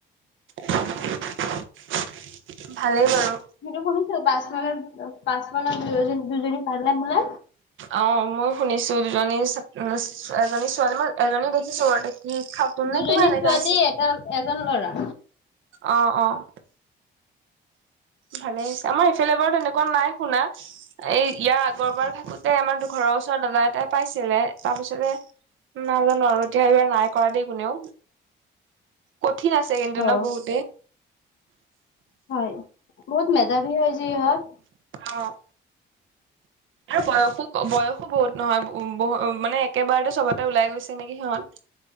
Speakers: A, on the right; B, on the left.
A: <inaudible> ভালে বাৰু।
B: সিটো শুনিছো পাঁচ মাইলত পাঁচ মাইলত দুজনী পালে বোলে।
A: অ', মই শুনিছোঁ, দুজনী ছাত্ৰ এজনী ছোৱালী মই এজনী দেখিছোঁ। উম, খাতোন
B: দুজনী
A: নে কিবা এনেকা
B: ছোৱালী
A: আছে।
B: এটা এজন ল'ৰা।
A: অ', অ'। ভালে হৈছে, আমাৰ এইফেলে বাৰু তেনেকুৱা নাই শুনা। এই ইয়াৰ আগৰ বাৰ থাকোতে আমাৰ তোৰ ঘৰৰ ওচৰত দাদা এটাই পাইছিলে। তাৰ পিছতে নাজানো আৰু এতিয়া এই বাৰ নাই কৰা দেই কোনেওঁ, কঠিন আছে কিন্তু
B: অ
A: ন' বহুত।
B: হয়, বহুত মেধাবী হয় যে ইহঁত।
A: অ'। আৰু বয়সো বয়সো বহুত নহয়। উম, বহ মানে একেবাৰতে চবতে ওলাই গৈছে নেকি সিহঁত।